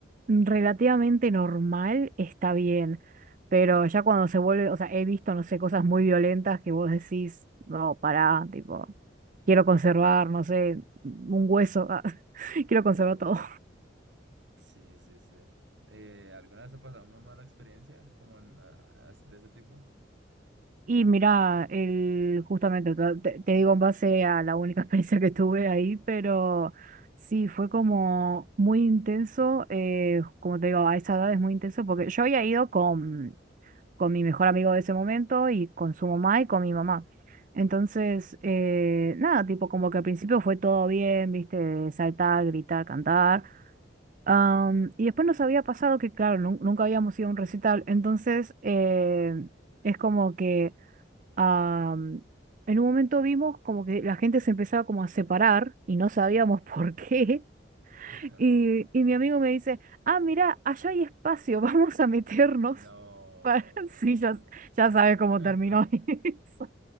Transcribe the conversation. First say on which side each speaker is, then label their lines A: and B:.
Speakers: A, on the right; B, on the right.
A: relativamente normal, está bien, pero ya cuando se vuelve, o sea, he visto, no sé, cosas muy violentas que vos decís, no, pará, tipo, quiero conservar, no sé, un hueso, <laughs> ah, quiero conservar todo.
B: Sí, sí, sí. Eh, ¿alguna vez ha pasado una mala experiencia como en, ah, de ese tipo?
A: Y mira, el, justamente, te, te- te digo en base a la única <laughs> experiencia que tuve ahí, pero sí, fue como muy intenso, eh, como te digo, a esa edad es muy intenso, porque yo había ido con... con mi mejor amigo de ese momento y con su mamá y con mi mamá. Entonces, eh, nada, tipo como que al principio fue todo bien, viste, saltar, gritar, cantar. Am, y después nos había pasado que, claro, nun- nunca habíamos ido a un recital. Entonces, eh, es como que am, en un momento vimos como que la gente se empezaba como a separar y no sabíamos <laughs> por qué.
B: <laughs>
A: Y, y mi amigo me dice, ah, mira, allá hay espacio, <laughs> vamos a meternos
B: No.
A: para... <laughs> Sí, ya, ya sabes cómo
B: <laughs>
A: terminó <laughs> eso.